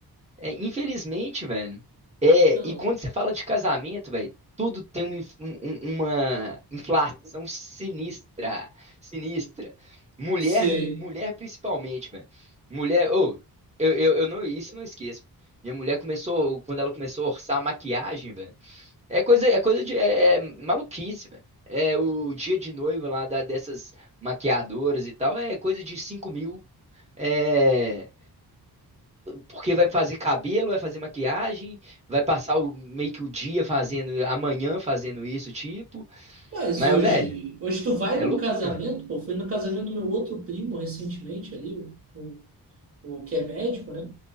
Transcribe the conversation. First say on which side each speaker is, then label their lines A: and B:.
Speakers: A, on the right; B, on the right.
A: é, infelizmente, velho. É,
B: Então,
A: e quando você fala de casamento, velho, tudo tem uma, inf- um- um- uma inflação sinistra, sinistra. Mulher,
B: sei.
A: mulher principalmente, velho. Mulher, ô, eu, eu, eu não, isso eu não esqueço. Minha mulher começou, quando ela começou a orçar a maquiagem, velho. É coisa, é coisa de, é, é maluquice, velho. É o dia de noiva lá da- dessas maquiadoras e tal, é coisa de 5 mil. É, porque vai fazer cabelo, vai fazer maquiagem, vai passar o, meio que o dia fazendo, amanhã fazendo isso, tipo.
B: Mas
A: Mas,
B: hoje,
A: velho,
B: hoje tu vai
A: é
B: num
A: loucura.
B: casamento, pô, fui no casamento do meu outro primo recentemente ali, o, o, o que é médico, né?